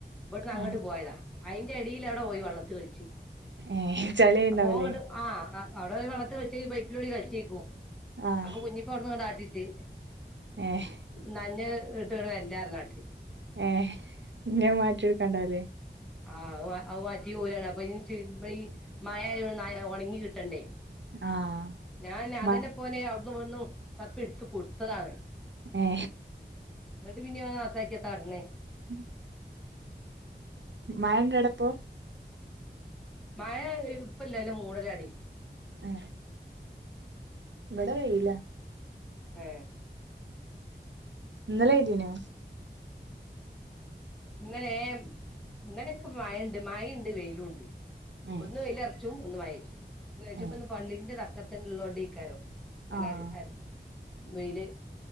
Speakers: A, in the centre; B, on the right.
A: ഇവിട്ന്ന് അങ്ങോട്ട്
B: ആഹ്
A: പോയതാ അയിന്റെ അടിയിൽ അവിടെ പോയി വള്ളത്ത് കഴിച്ച്
B: ഏഹ് ചളിണ്ടാവൂലേ
A: അപ്പൊങ്ങട് ആ അവിടെ <unintelligible> ബൈപ്പിലൂടി കളിച്ചേക്കും
B: ആഹ്
A: അപ്പൊ കുഞ്ഞിപ്പോടന്നണ്ടാട്ടിട്ട്
B: ഏഹ്
A: നനഞ് ഇട്ടണ് വരണ്ട അറിഞ്ഞാട്ടി
B: ഏ ഇഞ്ഞത് മാറ്റി എടക്കാണ്ടാവില്ലേ
A: ആ അ വാറ്റി പോരാണ് അപ്പൊ <unintelligible> മഴ ഒണങ്ങി കിട്ടണ്ടേ
B: ആഹ്
A: ഞാൻ അതെന്നെ
B: മ
A: പ്പോന് അവിടുന്ന് ഇവിടുന്ന് തപ്പി എടുത്ത കൊടുത്തതാണ്
B: ഏ
A: ന്നിട്ടും പിന്നെ അത് നാസാക്കിയ എത്ത കാട്ട്ണത്
B: ഉം മയണ്ടൊ അവുടെപ്പോ
A: മഴ ഇപ്പല്ലല്ല മൂടലടി
B: ആ ഇവിടെ വെയില
A: ഏ
B: ഇന്നലെ പെയിതീനൊ
A: ഇന്നലേ ഇന്നലോക്കെ മയിണ്ട് മയുണ്ട് വെയിലുണ്ട്
B: ഏഹ്
A: ഒന്ന് വെയ്ലറച്ചും ഒന്ന് മഴഞ്ചും
B: ഏഹ്
A: ഒന്ന് <unintelligible> പള്ളിന്റെ തക്കത്തി ഉള്ളതോണ്ട് അയ്ക്കാരം ഇന്നലെ
B: ആഹ്
A: <unintelligible> വെയില്